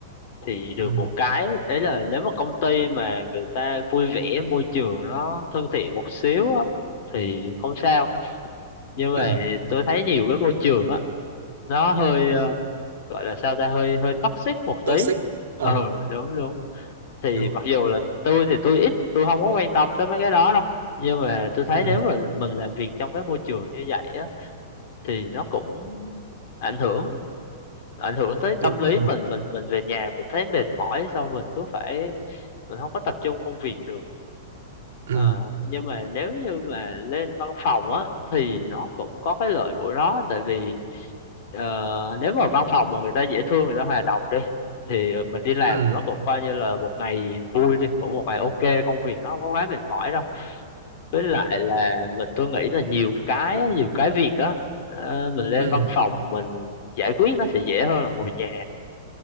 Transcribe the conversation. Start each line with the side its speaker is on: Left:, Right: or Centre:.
Left: thì được
Right: ừ,
Left: một cái đấy là nếu mà công ty mà người ta vui vẻ môi trường nó thân thiện một xíu á thì không sao nhưng mà
Right: ừ,
Left: tôi thấy nhiều cái môi trường á nó hơi ờ, gọi là sao ta hơi hơi toxic một
Right: toxic
Left: tí
Right: ờ
Left: ừ đúng đúng thì
Right: đúng
Left: mặc dù là tôi thì tôi ít tôi không có quan tâm tới mấy cái đó đâu nhưng mà tôi thấy
Right: ừ,
Left: nếu mà mình làm việc trong cái môi trường như vậy á thì nó cũng ảnh hưởng ảnh hưởng tới tâm
Right: đúng
Left: lý
Right: rồi
Left: mình mình mình về nhà mình thấy mệt mỏi xong mình cứ phải mình không có tập trung công việc được
Right: ừ,
Left: Ờ, nhưng mà nếu như mà lên văn phòng á thì nó cũng có cái lợi của nó tại vì ờ, nếu mà văn phòng mà người ta dễ thương người ta hòa đồng đi thì ờ, mình đi làm
Right: ừ,
Left: nó cũng coi như là một ngày vui đi cũng một ngày ok công việc nó không có quá mệt mỏi đâu với lại là mình tôi nghĩ là nhiều cái nhiều cái việc á ờ, mình lên
Right: ừ.
Left: văn phòng mình giải quyết nó sẽ dễ hơn là ngồi nhà